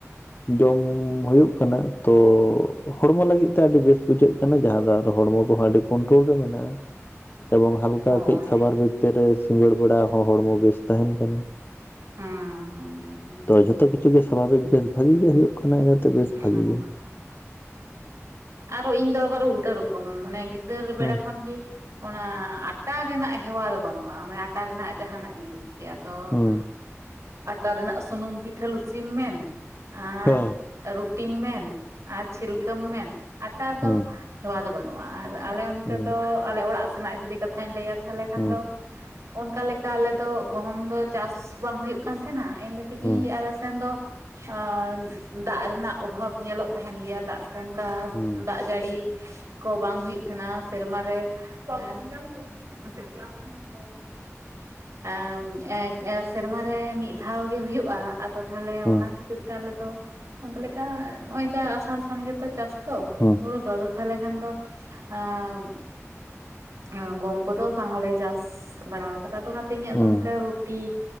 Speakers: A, on the left; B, on the right.
A: ᱡᱚᱢ ᱦᱩᱭᱩᱜ ᱠᱟᱱᱟ ᱛᱚ ᱦᱚᱲᱢᱚ ᱞᱟᱹᱜᱤᱫ ᱛᱮ ᱟᱹᱰᱤ ᱵᱮᱥ ᱵᱩᱡᱷᱟᱹᱜ ᱠᱟᱱᱟ, ᱡᱟᱦᱟᱸ ᱫᱚ ᱟᱨ ᱦᱚᱲᱢᱚ ᱠᱚᱦᱚᱸ ᱟᱹᱰᱤ ᱠᱳᱱᱴᱨᱳᱞ ᱨᱮ ᱢᱮᱱᱟᱜᱼᱟ ᱾ ᱮᱵᱚᱝ ᱦᱟᱞᱠᱟ
B: ᱦᱳᱭ
A: ᱠᱟᱹᱡ ᱠᱷᱟᱵᱟᱨ ᱵᱷᱤᱛᱤᱨ ᱨᱮ ᱥᱤᱸᱜᱟᱹᱲ ᱵᱮᱲᱟ ᱦᱚᱸ ᱦᱚᱲᱢᱚ ᱵᱮᱥ ᱛᱟᱦᱮᱱ ᱠᱟᱱᱟ
B: ᱦᱩᱸ
A: ᱾
B: ᱦᱩᱸ
A: ᱛᱚ ᱡᱷᱚᱛᱚ ᱠᱤᱪᱷᱩ ᱜᱮ ᱥᱟᱵᱷᱟᱵᱤᱠ ᱵᱮᱥ ᱵᱷᱟᱜᱤ ᱜᱮ ᱦᱩᱭᱩᱜ ᱠᱟᱱᱟ ᱤᱱᱟᱹ ᱛᱮ ᱵᱮᱥ ᱵᱷᱟᱜᱤ
B: ᱦᱩᱸ
A: ᱜᱮ ᱾
B: ᱟᱨᱚ ᱤᱧ ᱫᱚ ᱟᱵᱟᱨ ᱩᱞᱴᱟᱹ ᱨᱚᱠᱚᱢ ᱢᱟᱱᱮ ᱜᱤᱫᱟᱹᱨ ᱵᱮᱲᱟ
A: ᱦᱩᱸ
B: ᱠᱷᱚᱱ ᱜᱮ ᱚᱱᱟ ᱟᱴᱟ ᱨᱮᱱᱟᱜ ᱦᱮᱣᱟ ᱫᱚ ᱵᱟᱹᱱᱩᱜᱼᱟ, ᱢᱟᱱᱮ ᱴᱟ ᱨᱮᱱᱟᱜ ᱡᱟᱦᱟᱸᱱᱟᱜ ᱡᱤᱱᱤᱥ ᱜᱮ ᱟᱫᱚ
A: ᱦᱩᱸ
B: ᱾ ᱟᱴᱟ ᱨᱮᱱᱟᱜ ᱥᱩᱹᱱᱩᱢ ᱯᱤᱴᱷᱟᱹ ᱞᱩᱪᱤᱢ ᱢᱮᱱ ᱟᱨ
A: ᱦᱮᱸ
B: ᱨᱩᱴᱤᱢ ᱢᱮᱱ ᱟᱨ ᱪᱷᱤᱞᱠᱟᱹᱢ ᱢᱮᱱ ᱟᱴᱟ ᱫᱚ
A: ᱦᱩᱸ
B: ᱦᱮᱣᱟ ᱫᱚ ᱵᱟᱹᱱᱩᱜ ᱟᱨ ᱟᱞᱮ ᱚᱱᱛᱮ
A: ᱦᱩᱸ
B: ᱫᱚ ᱟᱞᱮ ᱚᱲᱟᱜ ᱥᱮᱱᱟᱜ ᱡᱩᱫᱤ ᱠᱟᱛᱷᱟᱧ ᱞᱟᱹᱭᱟ ᱛᱟᱦᱚᱞᱮ ᱠᱷᱟᱱ
A: ᱦᱩᱸ
B: ᱫᱚ ᱚᱱᱠᱟ ᱞᱮᱠᱟ ᱟᱞᱮᱫᱚ ᱜᱚᱦᱚᱢ ᱫᱚ ᱪᱟᱥ ᱵᱟᱝ ᱦᱩᱭᱩᱜ ᱠᱟᱱ ᱛᱟᱦᱮᱱᱟ ᱮᱢᱱᱤ ᱛᱮᱜᱮ
A: ᱦᱩᱸ
B: ᱟᱞᱮ ᱥᱮᱱ ᱫᱚ ᱟᱸᱻ ᱫᱟᱜ ᱨᱮᱱᱟᱜ ᱚᱵᱷᱟᱵᱽ ᱧᱮᱞᱚᱜ ᱛᱟᱦᱮᱱ ᱜᱮᱭᱟ ᱫᱟᱜ ᱚᱱᱠᱟ
A: ᱦᱩᱸ ᱦᱩᱸ
B: ᱫᱟᱜ ᱡᱟᱹᱲᱤ ᱠᱚ ᱵᱟᱝ ᱦᱩᱭᱩᱜ ᱛᱟᱦᱮᱱᱟ ᱥᱮᱨᱢᱟ ᱨᱮ᱾ ᱛᱚᱣᱟ ᱫᱟᱠᱟᱢ ᱡᱚᱢ ᱠᱮᱫᱟ ᱥᱮ ᱠᱞᱟᱥ ᱮᱢ ᱦᱟᱛᱟᱣ ᱫᱟ? ᱮᱸ ᱮᱸ ᱮᱸ ᱥᱮᱨᱢᱟ ᱨᱮ ᱢᱤᱫ ᱫᱷᱟᱣ ᱜᱮ ᱦᱩᱭᱩᱜᱼᱟ, ᱟᱫᱚ ᱛᱟᱦᱚᱞᱮ
A: ᱦᱩᱸ
B: ᱚᱱᱟ ᱠᱷᱟᱹᱛᱤᱨ ᱛᱮ ᱟᱞᱮᱫᱚ ᱚᱱᱠᱟ ᱞᱮᱠᱟ ᱱᱚᱜᱼᱚᱭ ᱡᱟ ᱟᱥᱟᱲ ᱥᱟᱱ ᱜᱮᱛᱚ ᱪᱟᱥ ᱛᱚ
A: ᱦᱩᱸ
B: ᱦᱩᱲᱩ ᱫᱚ ᱟᱫᱚ ᱛᱟᱦᱚᱞᱮ ᱠᱷᱟᱱ ᱫᱚ ᱟᱸᱻ ᱚᱸ ᱜᱚᱢ ᱠᱚᱫᱚ ᱵᱟᱝᱞᱮ ᱪᱟᱥ ᱵᱟᱲᱟ ᱟᱠᱟᱫᱟ, ᱟᱫᱚ ᱚᱱᱟᱛᱮ ᱤᱧᱟᱹᱜ
A: ᱦᱩᱸ
B: ᱫᱚ ᱚᱱᱠᱟ ᱨᱩᱴᱤ